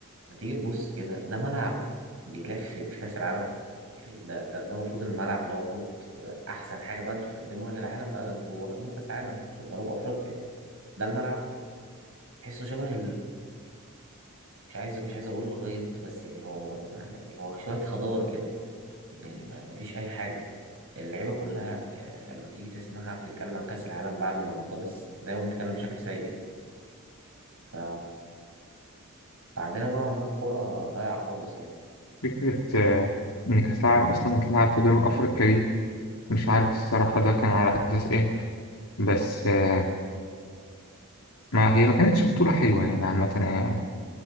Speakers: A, on the right (about 70°); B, on the left (about 85°).
A: ما تيجي تبص كده ده ملعب بيتلعب في في كأس العالم يعني ده ده ده المفروض الملعب اللي هو المفروض أحسن حاجة بقى أنتوا تقدموها للعالم بقى ده أنتوا واخدين كأس عالم في جنوب أفريقيا ده الملعب تحسه شبه مش عايز مش عايز اقول غيط بس يعني هو يعني هو شويه خضار كده يعني ما ما فيش اي حاجه اللعيبه كلها آه، لما تيجي تسمعها بتتكلم عن كاس العالم بعد ما خلص دايما بتتكلم بشكل سيء ف... فعندنا نوعا ما الكوره ضايعه خالص يعني
B: فكرة آه، إن كأس العالم أصلا هتلعب في جنوب أفريقيا دي مش عارف الصراحة ده كان على أساس إيه بس آه، ما هي ما كانتش بطولة حلوة يعني عامة آه،